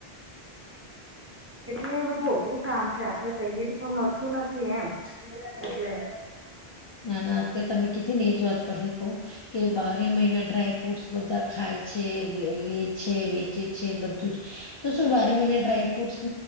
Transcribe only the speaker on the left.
ના ના અત્યારે તમે કીધી ને એ જ વાત તને કહુ કે બારે મહિના ડ્રાય ફ્રૂટસ બધા ખાય છે લે છે વેચે છૈ બધું જ તો શું બારે મહિને ડ્રાયફ્રૂટ